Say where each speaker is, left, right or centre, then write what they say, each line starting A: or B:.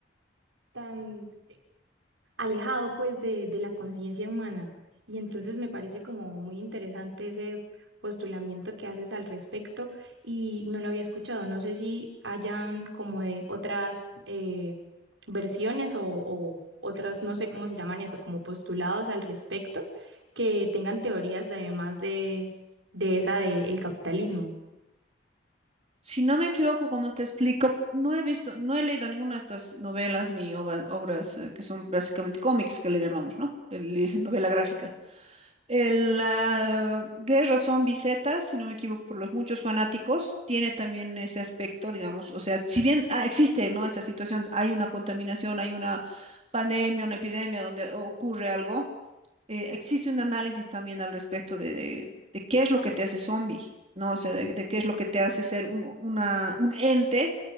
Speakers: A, on the right; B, on the right.
A: tan alejado pues de, de la conciencia humana. Y entonces me parece como muy interesante ese postulamiento que haces al respecto y no lo había escuchado. No sé si hayan como de otras eh, versiones o, o otras, no sé cómo se llaman eso, como postulados al respecto, que tengan teorías de, además de, de esa del capitalismo.
B: Si no me equivoco, como te explico, no he visto, no he leído ninguna de estas novelas ni ova- obras eh, que son básicamente cómics que le llamamos, ¿no? Le le dicen novela gráfica. El, la Guerra Zombie Z, si no me equivoco, por los muchos fanáticos, tiene también ese aspecto, digamos, o sea, si bien ah, existe, ¿no? Esta situación, hay una contaminación, hay una pandemia, una epidemia donde ocurre algo eh, existe un análisis también al respecto de, de- de qué es lo que te hace zombie, ¿no? O sea, de, de qué es lo que te hace ser un, una, un ente